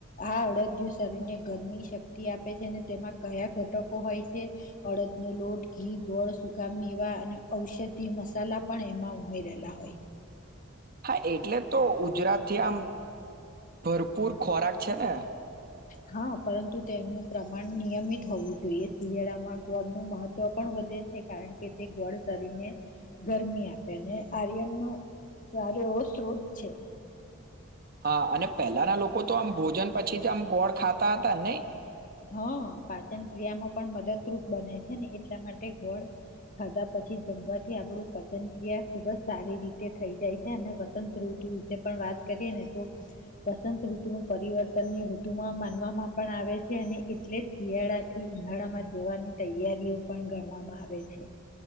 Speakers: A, on the left; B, on the right.
A: આ અડદયું શરીરને ગરમી શક્તિ આપે છે અનેને તેમાં કયા ઘટકો હોય છે અડદનો લોટ ઘી ગોળ સુકામ મેવા અને ઔષધી મસાલા પણ એમાં ઉમેરેલા હોય.
B: હા એટલે તો ગુજરાત થી આમ ભરપૂર ખોરાક છેને.
A: હા પરંતુ તેનું પ્રમાણ નિયમિત હોવું જોઈએ શિયાળામાં ગોળનું મહત્વ પણ વધે છે કારણ કે તે ગોળ શરીરને ગરમી આપે અને આર્યન ન સારો એવો સ્ત્રોત છે.
B: હા અને પેલાના લોકો તો આમ ભોજન પછી જ આમ ગોળ ખાતા હતાને નહી?
A: હા પાચન ક્રિયામાં પણ મદદરૂપ બને છે ને એટલા માટે ગોળ ખાધા પછી જમવાથી આપણું પાચન ક્રિયા ખુબ જ સારી રીતે થઈ જાય છે અને વસંત ઋતુ વિશે પણ વાત કરીએ ને તો વસંત ઋતુ ન પરિવર્તનની ઋતુમાં માનવામાં પણ આવે છે છે અને એટલે જ શિયાળાથી ઉનાળામાં જવાની તૈયારીઓ પણ ગણવામાં આવે છે.